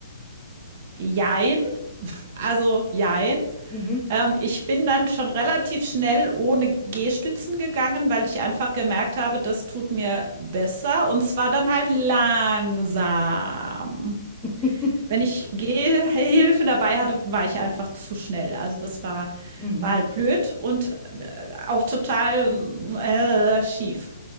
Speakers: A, on the right (about 45°); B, in the centre.
A: jein, also jein.
B: Mhm.
A: Ähm, ich bin dann schon relativ schnell ohne Gehstützen gegangen, weil ich einfach gemerkt habe, das tut mir besser. Und zwar dann halt langsam.
B: <laughs>
A: Wenn ich Gehhilfe dabei hatte, war ich einfach zu schnell. Also das war
B: Mhm.
A: war halt blöd und äh, auch total äh, schief.